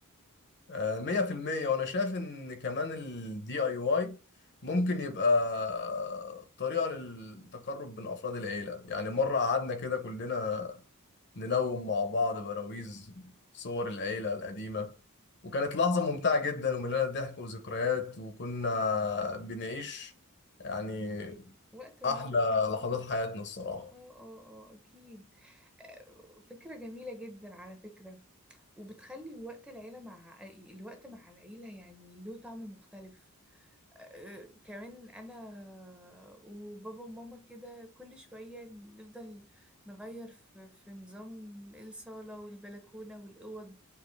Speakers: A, on the left (about 55°); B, in the centre.
A: آه، مية في المية وأنا شايف إن كمان ال DIY ممكن يبقى طريقة للتقرب بين أفراد العيلة يعني مرة قعدنا كده كلنا نلون مع بعض براويز صور العيلة القديمة وكانت لحظة ممتعة جدا ومليانة ضحك وذكريات وكنا بنعيش يعني
B: وقت ممتع
A: أحلى
B: أكيد
A: لحظات حياتنا الصراحة
B: اه اه اه أكيد آه، فكرة جميلة جدا على فكرة وبتخلي وقت العيلة مع الوقت مع العيلة يعني له طعم مختلف آه، كمان انا وبابا وماما كده كل شوية نفضل نغير في, في نظام الصالة والبلكونة والأوض